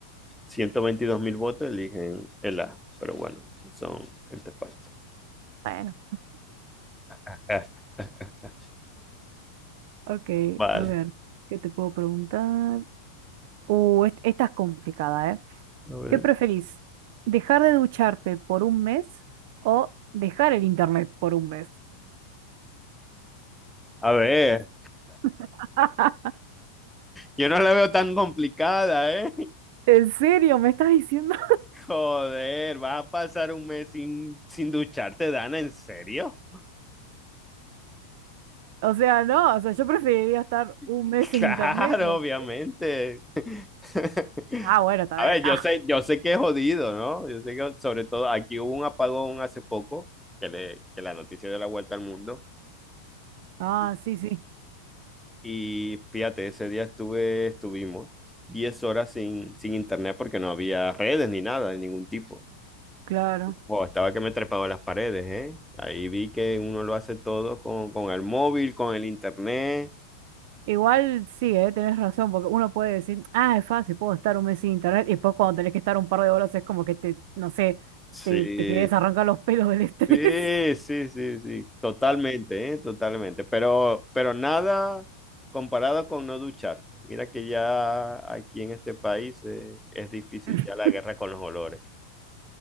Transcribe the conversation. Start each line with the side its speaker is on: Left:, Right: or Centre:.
Centre: ciento veintidós mil votos eligen el A. Pero bueno, son gente falsa.
Right: Bueno,
Centre: <laughs>
Right: ok,
Centre: Vale.
Right: a ver, ¿qué te puedo preguntar? Uh, est- esta es complicada, ¿eh?
Centre: A ver.
Right: ¿Qué preferís? ¿Dejar de ducharte por un mes o dejar el internet por un mes?
Centre: A ver,
Right: <laughs>
Centre: yo no la veo tan complicada, ¿eh?
Right: ¿En serio? ¿Me estás diciendo?
Centre: <laughs> Joder, vas a pasar un mes sin, sin ducharte, Dana, ¿en serio?
Right: O sea, no, o sea, yo preferiría estar un
Centre: <laughs>
Right: mes sin
Centre: Claro,
Right: internet, no
Centre: obviamente.
Right: sé.
Centre: <laughs>
Right: Ah, bueno, está
Centre: A
Right: bien.
Centre: ver, yo
Right: Ah,
Centre: sé, yo sé que es jodido, ¿no? Yo sé que sobre todo aquí hubo un apagón hace poco, que, le, que la noticia dio la vuelta al mundo.
Right: ah,
Centre: Y,
Right: sí, sí,
Centre: y fíjate, ese día estuve, estuvimos 10 horas sin, sin internet porque no había redes ni nada de ningún tipo.
Right: claro.
Centre: Wow, estaba que me trepaba las paredes, ¿eh? Ahí vi que uno lo hace todo con, con el móvil, con el internet.
Right: Igual sí, eh, tenés razón, porque uno puede decir, ah, es fácil, puedo estar un mes sin internet, y después cuando tenés que estar un par de horas es como que te, no sé,
Centre: Sí,
Right: te, te querés arrancar los pelos del estrés.
Centre: Sí, sí, sí, sí, totalmente, ¿eh? Totalmente. Pero, pero nada comparado con no ducharte. Mira que ya aquí en este país eh, es difícil
Right: <laughs>
Centre: ya la guerra con los olores.